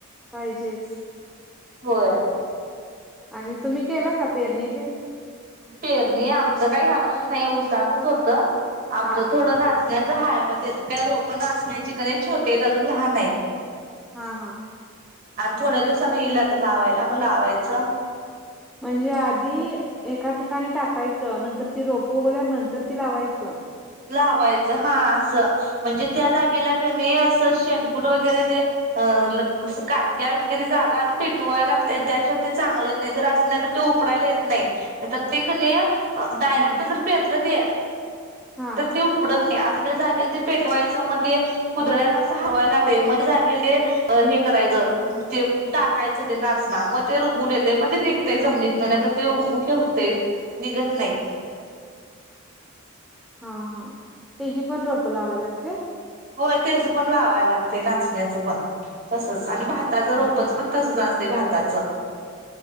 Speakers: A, in the centre; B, on the right (about 40°).
A: पाहिजेच
B: होय
A: आणि तुम्ही केला का पेरणीतन
B: पेरणी आमचं काही ह्या वर्षी नाही उसाचच होत आमचं
A: हा
B: थोडं नाचण्याचं आहेय मग त्याच काय रो पण असचण्याची क नाही छोटे आहेत अजून लहान आहेत
A: हा हां
B: आणि थोड्या दिवसाांनी येईल आ लावायला मग लावायचं
A: म्हणजे आधी एका ठिकाणी टाकायचं नंतर ती रोपो गेल्यावर नंतर ती लावायचं
B: लावायचं हा असं म्हणजे त्या जागेला क असं शेणकूट वगैरे ते काटक्या विटक्यारी जागा आधी फेटवायला लागते त्याशिय ते चांगलेच नाही जर असणार ते उकडायला येत नाही तर ते क डायरेक्ट
A: हा
B: जर पेरलं ते
A: हा
B: तर ते उकडत नाही असं त्या जागेला ते पेटवायचं मग ते ुदळ्याना अस हवायला लागत मध्ये जागेले हे करायचं ते टाकायचं ते नाचना मग ते उगून येते मग ते निघते जमनीत नाही
A: हा
B: तर ते उत्तय होते निघत नाही
A: हा हा तेची पण रोपं लावाय लागत्यात.
B: हो त्याच पण लावायला लागतंय नाचण्याचं पण तसच आणि भाताच रोपच
A: हा हा
B: पण तसच असते भाताचं